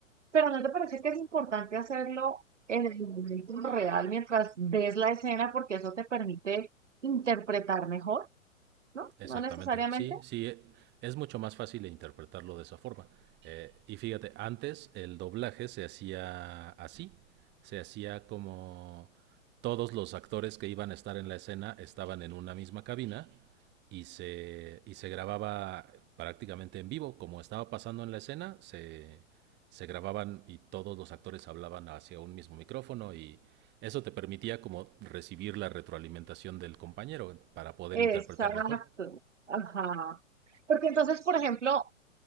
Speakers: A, on the right; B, on the right.
A: pero no te parece que es importante hacerlo en el momento real mientras ves la escena, porque eso te permite interpretar mejor, ¿no?
B: Exactamente,
A: No necesariamente.
B: sí, sí, e- es mucho más fácil interpretarlo de esa forma. Eh, y fíjate, antes el doblaje se hacía así, se hacía como todos los actores que iban a estar en la escena estaban en una misma cabina y se, y se grababa prácticamente en vivo, como estaba pasando en la escena, se, se grababan y todos los actores hablaban hacia un mismo micrófono y eso te permitía como recibir la retroalimentación del compañero para poder
A: Exacto.
B: interpretar mejor.
A: Ajá. Porque entonces, por ejemplo,